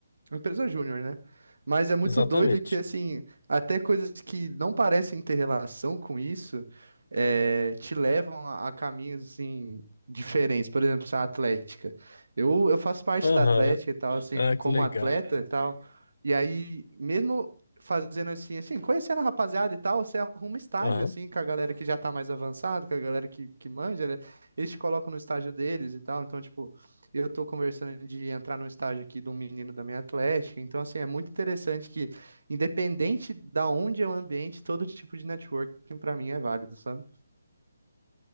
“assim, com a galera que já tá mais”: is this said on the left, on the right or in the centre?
Right